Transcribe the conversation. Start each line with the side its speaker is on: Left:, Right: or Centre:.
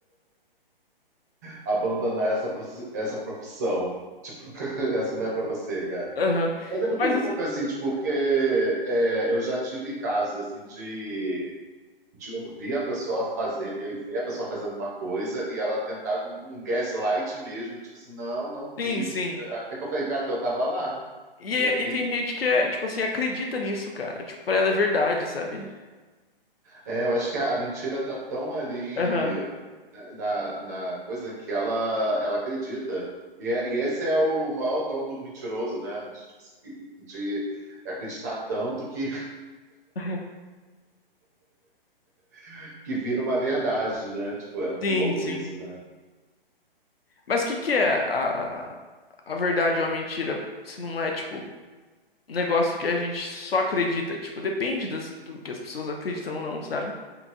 Right: abandonar essa, profi- essa profissão. Tipo, <laughs> essa não é para você, gata.
Left: aham.
Right: Mas é muito
Left: Mas
Right: louco,
Left: assim,
Right: assim, tipo, porque é, eu já tive casos, assim, de, de ouvir a pessoa fazer, eu ver a pessoa fazendo uma coisa e ela tentar um gaslight mesmo, tipo assim, não, não
Left: sim,
Right: fiz,
Left: sim.
Right: não sei o quê. Até que eu falei, gata, eu tava lá,
Left: E,
Right: eu
Left: é-
Right: vi.
Left: e tem gente que é, tipo assim, acredita nisso, cara. Tipo, pra ela é verdade, sabe?
Right: É, eu acho que a, a mentira tá tão ali
Left: Aham.
Right: né, na, na- coisa que ela, ela acredita. E, é- e esse é o maior dom do mentiroso, né? De, de acreditar tanto que,
Left: <laughs>
Right: <laughs> que vira uma verdade, né? Tipo, é muito
Left: Sim,
Right: louco
Left: sim.
Right: isso, né?
Left: Mas o que que é a, a verdade ou a mentira? Se não é, tipo, negócio que a gente só acredita. Tipo, depende das- do que as pessoas acreditam ou não, sabe?